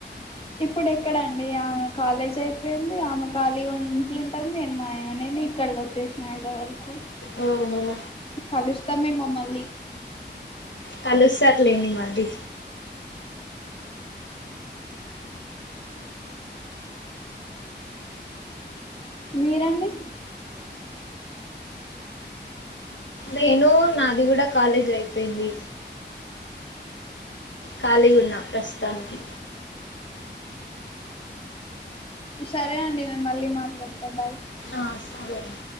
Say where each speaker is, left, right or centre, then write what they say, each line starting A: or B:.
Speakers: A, on the left; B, on the left.
A: ఇప్పుడు ఎక్కడండి ఆమె కాలేజ్ అయిపోయింది ఆమె ఖాళీగా ఇంట్లో ఉంటుంది నేను మాయగా నేను ఇక్కడకి వొచ్ చేసిన హైదరాబాద్ కి
B: ఓ ఓ
A: కలుస్తామేమో మల్లి
B: కలుస్తారు లేండి మళ్ళీ
A: మీరండి?
B: నేను నాది కూడా కాలేజ్ అయిపోయింది. ఖాళీగా ఉన్న ప్రస్తుతానికి.
A: సరే అండి నేను మళ్ళీ మాట్లాడతా బాయ్.
B: ఆ సరే అండి